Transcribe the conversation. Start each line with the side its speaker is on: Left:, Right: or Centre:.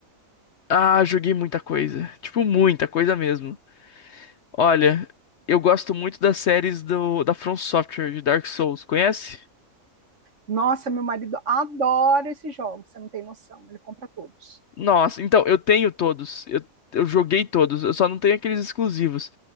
Left: Ah, joguei muita coisa. Tipo, muita coisa mesmo. Olha, eu gosto muito das séries do, da From Software, de Dark Souls. Conhece?
Right: Nossa, meu marido adora esses jogos, você não tem noção, ele compra todos.
Left: Nossa, então, eu tenho todos. Eu, eu joguei todos. Eu só não tenho aqueles exclusivos.